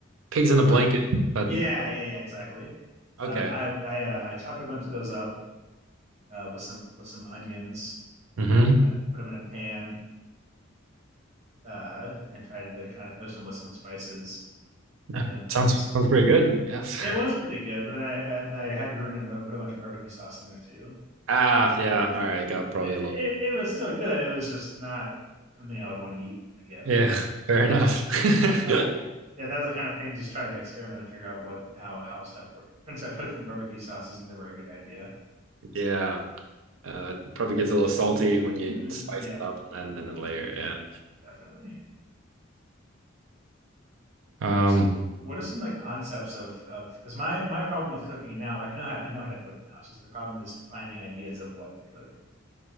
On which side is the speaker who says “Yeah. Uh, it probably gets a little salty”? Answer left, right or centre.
Right